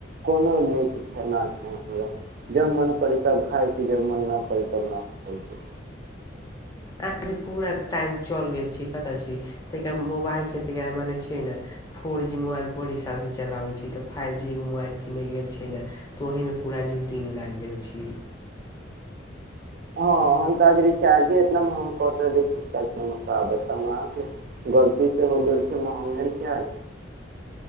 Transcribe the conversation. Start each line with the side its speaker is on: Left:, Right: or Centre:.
Right: कोनो नीक खेनाा छै हमरा जब मन करै तब खाइ छी जब मन नहि करी तब ने खाइ छी।
Left: अ जे पूरा टाइम चलि गेल छै पता छै ताद मोबाइलके त मने छियै ने फोर जी मोबाइल बड़ी हिसालसँ चलाबैत छै तऽ फाइव जीो मोबाइल कनेय गेल छियै ने तऽ ओहीमे पूरा जुड़ दिन लागि गेल छै।
Right: हँ हम तऽ आ रचार्ज इत महंग कर रहले छीक बता अहाँके गलती से हो गेल छै महंगे रचार।